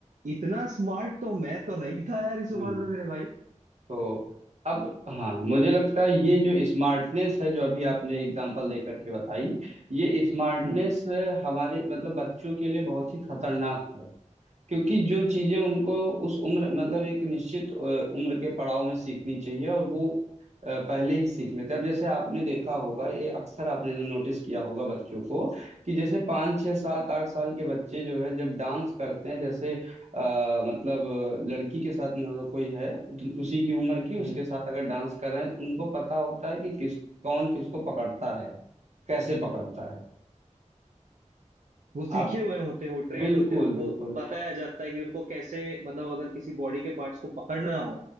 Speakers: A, on the right (about 75°); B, on the right (about 60°).
A: इतना स्मार्ट तो मैं तो नहीं था यार इस
B: हम्म
A: उम्र में मेरे भाई
B: तो अब हाँ मुझे लगता है ये जो स्मार्टनेस है जो अभी आपने एग्जांपल दे करके बताई ये स्मार्टनेस
A: हम्म
B: हमारे मतलब बच्चों के लिए बहुत ही खतरनाक है क्योंकि जो चीजें उनको उस उम्र मतलब एक निश्चित अ, उम्र के पड़ाव में सीखनी चाहिए और वो अ, पहले ही सीख लेते हैं अब जैसे आपने देखा होगा ये अक्सर आपने नोटिस किया होगा बच्चों को कि जैसे पाँच छः सात आठ साल के बच्चे जो है जब डांस करते हैं जैसे आ, मतलब अ, लड़की के साथ मान लो कोई है उत- उसी की उम्र की उसके
A: हम्म
B: साथ अगर डांस कर रहे हैं तो उनको पता होता है कि किस कौन किसको पकड़ता है कैसे पकड़ता है
A: वो सीखे
B: आप
A: हुए होते हैं वो ट्रेंड
B: बिल्कुल
A: होते हैं उनको
B: बिल्कुल
A: बताया जाता है कि उनको कैसे मतलब अगर किसी बॉडी के पार्ट्स को पकड़ना हो